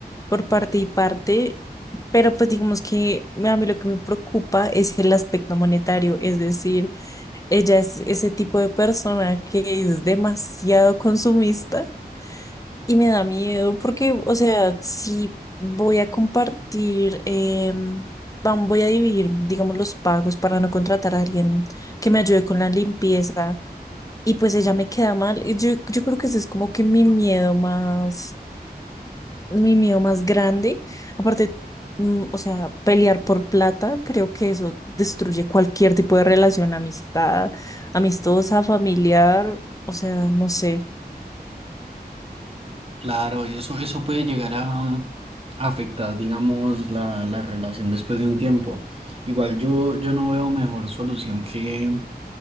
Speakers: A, on the left; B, on the right.
A: por parte y parte, pero pues digamos que a mí lo que me preocupa es el aspecto monetario, es decir, ella es ese tipo de persona que es demasiado consumista y me da miedo porque, o sea, si voy a compartir, em, vam- voy a dividir, digamos, los pagos para no contratar a alguien que me ayude con la limpieza y pues ella me queda mal. y Yo, yo creo que ese es como que mi miedo más, mi miedo más grande. Aparte, mm, o sea, pelear por plata, creo que eso destruye cualquier tipo de relación, amistad, amistosa, familiar, o sea, no sé.
B: Claro, eso, eso puede llegar a afectar, digamos, la, la relación después de un tiempo. Igual yo, yo no veo mejor solución que